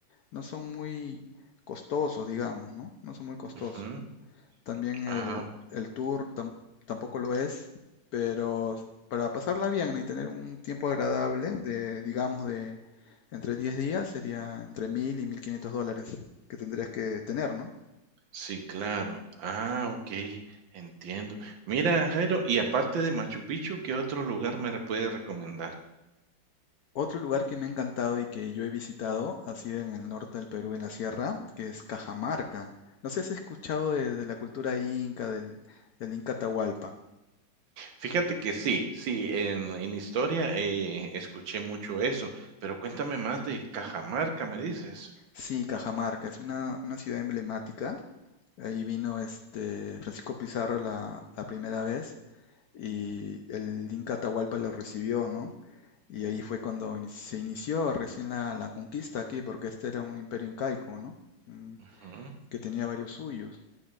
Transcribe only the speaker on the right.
ujú.
Ah,
sí, claro. Ah, ok, entiendo. Mira, Jairo, y aparte de Machu Picchu, ¿qué otro lugar me re- puede recomendar?
Fíjate que sí, sí, en en historia, eh, escuché mucho eso, pero cuéntame más de Cajamarca, ¿me dices?
Ujú,